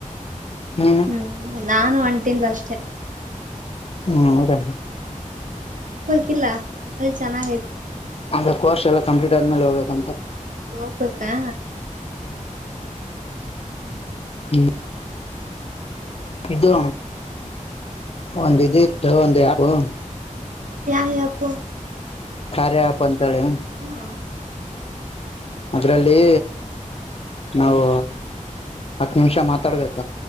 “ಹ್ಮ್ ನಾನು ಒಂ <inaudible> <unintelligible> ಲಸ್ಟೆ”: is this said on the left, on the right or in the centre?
Right